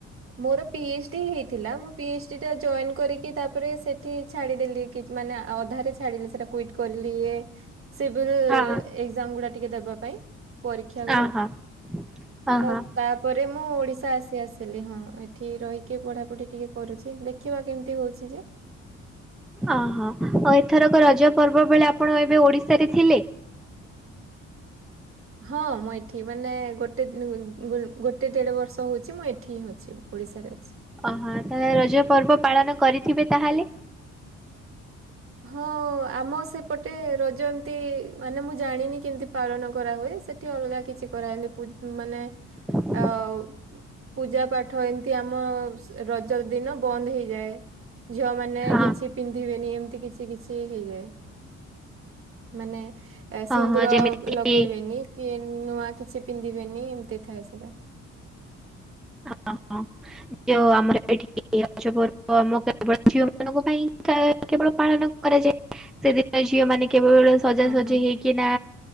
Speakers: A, on the right; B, in the centre.
A: ମୋର ପିଏଚ ଡି ହେଇଥିଲା ମୁ ପିଏଚ ଡି ଟା ଜଏନ କରିକି ତା ତାପରେ ସେଠି ଛାଡିଦେଲି କି ମାନେ ଅଧାରେ ଛାଡିଲି ସେଟା କୁଇଟ କରିଲି। ସିଭିଲ୍ ଏକ୍ଜାମ
B: ହଁ
A: ଗୁଡା ଟିକେ ଦେବା ପାଇଁ ପରୀକ୍ଷା
B: ହଁ
A: ଗୁଡା
B: ଅ ହଁ। ଓହୋ
A: ତ ତା ପରେ ମୁଁ ଓଡିଶା ଆସି ଆସିଲି ହଁ ଏଠି ରହିକି ପଢାପଢି ଟିକେ କରୁଛି ଦେଖିବା କେମିତି ହଉଛି ଯେ।
B: ଓହୋ ଆଉ ଏଥରକ ରଜ ପର୍ବ ବେଳେ ଆପଣ ଏବେ ଓଡିଶାରେ ଥିଲେ?
A: ହଁ ମୁଁ ଏଠି ମାନେ ଗୋଟେ ଗୋଟେ ଦେଢ ବର୍ଷ ହଉଛି ମୁଁ ଏଠି ହିଁ ଅଛି। ଓଡ଼ିଶାରେ ଅଛି।
B: ଓହୋ ତାହେଲେ ରଜ ପର୍ବ ପାଳନ କରିଥିବେ ତାହେଲେ।
A: ହଁ ଆମ ସେପଟେ ରଜ ଏମିତି ମାନେ ମୁଁ ଜାଣିନି କେମିତି ପାଳନ କରାହୁଏ ସେ ଠି ଅଲଗା କିଛି କରାନ୍ତି ପୁ ମାନେ
B: ହଁ
A: ଆଉ ପୂଜା ପାଠ ଏମିତି ଆମ ରଜ ଦିନ ବନ୍ଦ ହେଇଯାଏ ଝିଅ ମାନେ
B: ହଁ।
A: କିଛି ପିନ୍ଧିବେନି ଏମିତି କି ଛି କିଛି ହେଇଯାଏ ମାନେ
B: ହଁ
A: ସିନ୍ଦୁର
B: ହଁ ଯେମିତି କିି
A: ଲଗେଇବେନି। କିଏ ନୂଆ କିଛି ପିନ୍ଧିବେନି ଏମିତି ଥାଏ ସେଟା।
B: ହ ହ ଯଉ ଆମର ଏଠି ପର୍ବ ଆମ କେବଳ ଝିଅ ମାନଙ୍କ ପାଇଁ ହେଇଥାଏ କେବଳ ପାଳନ କରାଯାଏ ସେଦିନ ଝିଅ ମାନେ କେବଳ ସଜାସଜି
A: ହଁ ହଁ
B: ହେଇକିନା